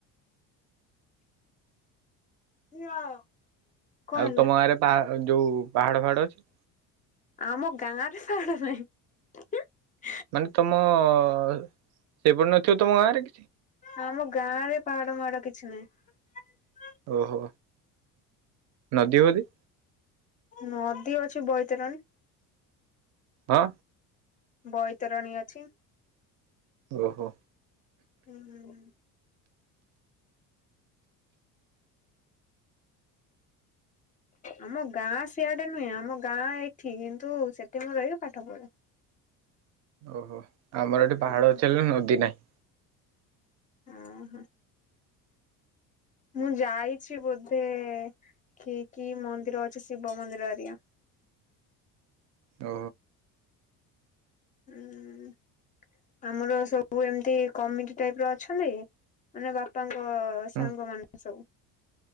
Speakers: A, on the left; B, on the right.
A: <unintelligible>
B: ଆଉ
A: ହେଲା?
B: ତମ ଗାଁ ରେ ପାହା ଯୋଉ ପାହାଡ ଫାହାଡ ଅଛି।
A: ଆମ ଗାଁରେ ସାଡ ନାହିଁ। <inaudible>
B: ମାନେ ତମ ସେପରି ନଥିବ ତମ ଗାଁରେ
A: ଆମ ଗାଁ ରେ ପାଡ ମାଡ କିଛି ନାହିଁ।
B: ଓ ହୋ। ନଦୀ ବଦି
A: ନଦୀ ଅଛି ବୈତରନି।
B: ହଁ।
A: ବୈତରଣୀ ଅଛି।
B: ଓହୋ।
A: ହୁଁ ଆମ ଗାଁ ସିଆଡେ ନୁହେଁ ଆମ ଗାଁ ଏଇଠି କିନ୍ତୁ ସେଠି ମୁଁ ରହିକି ପାଠ ପଢେ।
B: ଓହୋ। ଆମର ଏଠି
A: ହୁଁ
B: ପାହାଡ ଅଛି ହେ ନା ନଦୀ ନାହିଁ।
A: ହଁ ହୋ। ମୁଁ ଯାଇଛି ବୋଧେ କି କି ମନ୍ଦିର ଅଛି ଶିବ ମନ୍ଦିର ଏରିଆ।
B: ଓ।
A: ହୁଁ। ଆମର ସବୁ ଏମତି କମିଟି ଟାଇପ୍ ର ଅଛନ୍ତି ମାନେ ବାପାଙ୍କ ତ
B: ହୁଁ
A: ସାଙ୍ଗ ମାନେ ସବୁ।